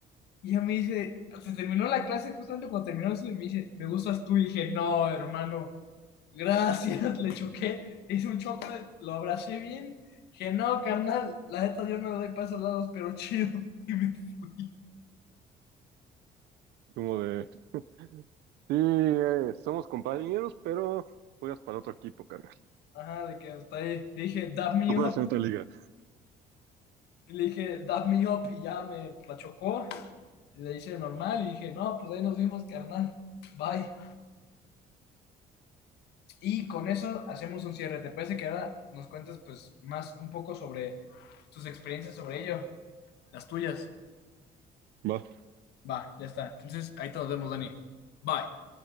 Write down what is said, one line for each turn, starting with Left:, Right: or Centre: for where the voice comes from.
Left: Y ya me dice, se terminó la clase justamente cuando terminó eso, y me dice, me gustas tú. Y dije, no, hermano, gracias, <laughs> le choqué. Hice un choque, lo abracé bien. Dije, no, carnal, la neta yo no le doy pasos lados, pero chido. <laughs> Y me fui.
Right: Como de, sí, eh, somos compañeros, pero juegas para otro equipo, carnal.
Left: Ajá, de que está ahí. Le dije, dab me
Right: Tú juegas
Left: up.
Right: en otra liga.
Left: Y le dije, dab me up. Y ya me la chocó. Y le hice normal. Y dije, no, pues ahí nos vimos, carnal. Bye. Y con eso hacemos un cierre. ¿Te parece que ahora nos cuentes, pues, más un poco sobre tus experiencias sobre ello? Las tuyas.
Right: Va.
Left: Va, ya está. Entonces, ahí te nos vemos, Dani. Bye.